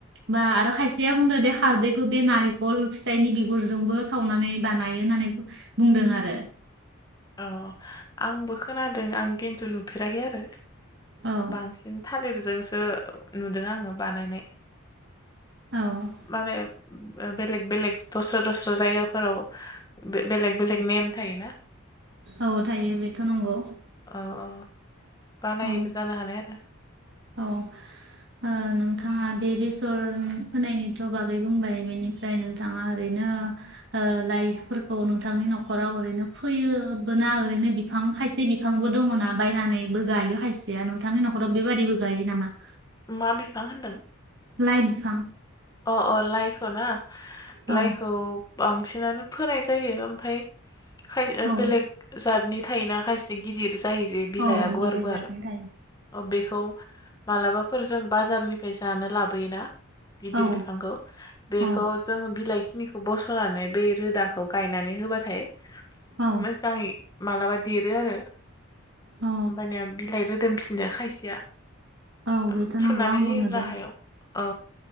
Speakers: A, on the right; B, on the left.
A: बा आरो खायसेया बुंदों दे खारदैखौ बे नारेंखल फिथाइनि बिगुरजोंबो सावनानै बानायो होननानै बुंदों आरो
B: अ आंबो खोनादों आं खिन्थु नु फेराखै आरो
A: औ
B: बांसिन थालिर जोंसो नुदों आङो बानायनाय
A: औ
B: माने बेलेग बेलेग दस्रा दस्रा जायगाफोराव बेलेग बेलेग नेम थायो ना?
A: औ थायो बेथ नंगौ।
B: औ औ बानायोबो
A: औ
B: जानो हानाय आरो।
A: औ ओ नोंथाङा बे बेसर फोनायनिथ बागै बुंबाय बेनिफ्राय नोंथाङा ओरैनो ओ लाइफोरखौ नोंथांनि नखराव ओरैनो फोयोबोना ओरैनो बिफां खायसे बिफांबो दङना बायनानैबो गायो खायसेया नोंथांनि नखराव बेबादिबो गायो नामा?
B: मा बिफां होनदों
A: लाइ बिफां।
B: अ अ लाइखौना
A: औ
B: लाइखौ बांसिन सिनानो फोनाय जायो ओमफ्राय खा ओ
A: औ
B: बेलेग जातनि थायोना खायसे गिदिर। जायो बेे बिलाइआ
A: औ
B: गुवार
A: गिदिर
B: गुवार
A: जादनि थायो
B: अ बे खौ मालाबाफोर जों बाजारनिफ्राय जानो लाबोयोना। गिदिर
A: औ
B: बिफांखौ बेखौ
A: औ
B: जोङो बिलाइ। खिनिखौ बसनानै बे रोदाखौ गायनानै होबाथाय
A: औ
B: मोजाङै मालाबा। देरो आरो। होमबानिया
A: औ
B: बिलाइ रोदोम फि नो खायसेया।
A: औ
B: ओम
A: बेथ
B: थुनानै
A: नंगौ आंबो
B: होयोब्ला
A: नुदों।
B: हायाव औ।